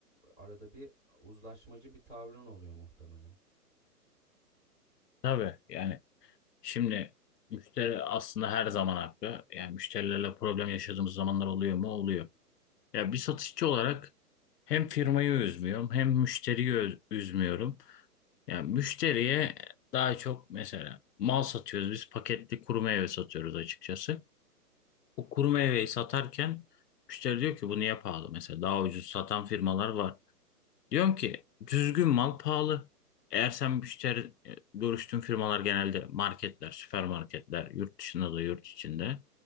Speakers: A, in the centre; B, on the left.
A: arada bir uzlaşmacı bir tavrın oluyor muhtemelen.
B: <laughs> Tabii yani şimdi müşteri aslında her zaman haklı. Yani müşterilerle problem yaşadığımız zamanlar oluyor mu? Oluyor. Ya bir satışçı olarak hem firmayı üzmüyorum hem müşteriyi ö- üzmüyorum. Yani müşteriye daha çok mesela mal satıyoruz biz paketli kuru meyve satıyoruz açıkçası. O kuru meyveyi satarken müşteri diyor ki bu niye pahalı? Mesela daha ucuz satan firmalar var. Diyorum ki düzgün mal pahalı. Eğer sen müşteri e, görüştüğün firmalar genelde marketler, süpermarketler, yurt dışında da yurt içinde